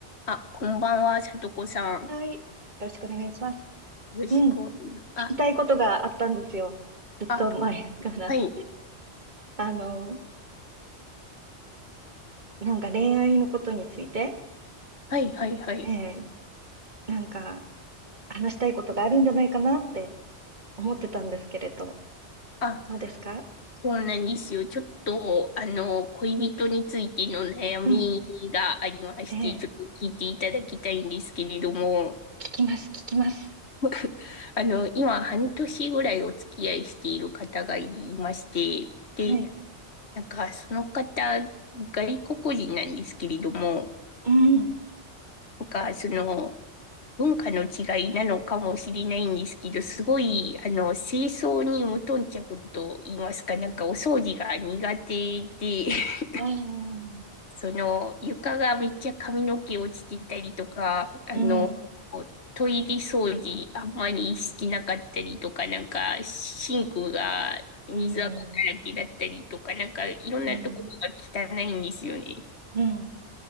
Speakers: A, on the left; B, on the right.
A: あ、こんばんは、さとこさん。よ
B: はい。よろしくお願いします。
A: ろしくお願い。
B: うん。聞きたいことがあったんですよ。
A: あ、
B: ずっと前から。
A: あ、はい、
B: あの、なんか恋愛のことについて、
A: はい、はい、はい。
B: ええ、なんか話したいことがあるんじゃないかなって思ってたんですけれど、
A: あ、
B: どうですか
A: そうなんですよ。ちょっと、あの、恋人についての悩みがありまして、
B: うん。ええ、
A: ちょっと聞いていただきたいんですけれども、
B: 聞きます、聞きます。
A: <laughs> あの、今、半年ぐらいお付き合いしている方がいまして、で、
B: はい。
A: なんか、その方、外国人なんですけれども、
B: うん。
A: なんか、その、文化の違いなのかもしれないんですけど、すごい、あの、清掃に無頓着と言いますか、なんかお掃除が苦手で、<laughs>
B: ああ、うん。
A: その、床がめっちゃ髪の毛落ちてたりとか、あの、
B: うん。
A: トイレ掃除あんまりしてなかったりとか、なんか、シンクが水垢だらけだったりとか、
B: うん。
A: なんか、いろんなところが汚いんですよね。
B: うん。うん。